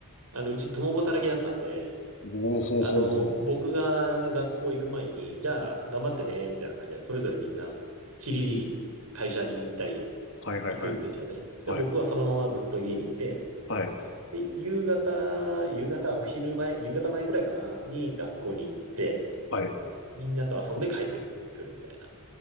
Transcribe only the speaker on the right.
あの、うち共働きだったんで、
あの、僕が学校行く前に、じゃあ頑張ってね、みたいな感じで、それぞれみんな、ちりぢり会社に行ったり
行くんですよね。で、
僕はそのままずっと家にいて、
で、夕方、夕方、お昼前、夕方前くらいかな、に学校に行って、
みんなと遊んで帰ってくるみたいな。